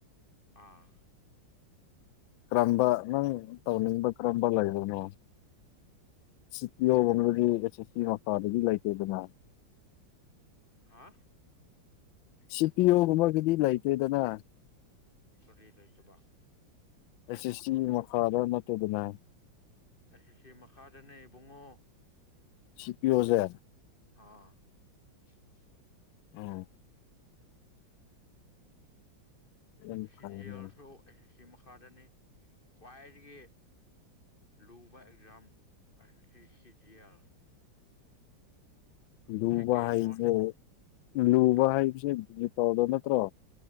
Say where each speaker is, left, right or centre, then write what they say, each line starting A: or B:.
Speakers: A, on the left; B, on the left.
A: ꯑꯥ
B: ꯀꯔꯝꯕ ꯅꯪ ꯇꯧꯅꯤꯡꯕ ꯀꯔꯝꯕ ꯂꯩꯕꯅꯣ ꯁꯤ ꯄꯤꯌꯗꯒꯤ ꯑꯦꯆ ꯑꯦꯁ ꯁꯤ ꯃꯈꯥꯗꯒꯤ ꯂꯩꯇꯦ ꯑꯗꯨꯅ
A: ꯍꯥ
B: ꯁꯤ ꯄꯤꯌꯣꯒꯨꯝꯕꯒꯤꯗꯤ ꯂꯩꯇꯦꯗꯅ
A: ꯀꯔꯤ ꯀ ꯆꯕ
B: ꯑꯦꯁꯦꯁꯤ ꯃꯈꯥꯗ ꯅꯠꯇꯗꯤꯅꯦ
A: ꯑꯩꯁꯦꯁꯤ ꯃꯈꯥꯗꯅꯦ ꯏꯕꯨꯡꯉꯣ
B: ꯁꯤ ꯄꯤ ꯑꯣꯖꯦ
A: ꯑꯥ <inaudible>
B: ꯑꯥꯎ ꯌꯥꯝ
A: ꯁꯤꯔꯤꯌꯦꯜꯁꯨ
B: ꯐꯩꯅꯦ
A: ꯑꯁ ꯁꯦ ꯁꯤ ꯃꯈꯥꯗꯅꯤ ꯈ꯭ꯋꯥꯏꯗꯒꯤ ꯂꯨꯕ ꯑꯦꯛꯖꯥꯝ ꯑꯦꯁ ꯁꯦ ꯁꯤ ꯂꯤꯖꯤꯌꯦꯜ
B: ꯂꯨꯕ
A: ꯁꯦꯀꯦꯟ
B: ꯍꯥꯏꯕꯁꯦ
A: ꯃꯣꯁ
B: ꯂꯨꯕ
A: ꯇꯐ
B: ꯍꯥꯏꯕꯖꯦ <unintelligible> ꯅꯠꯇ꯭ꯔꯣ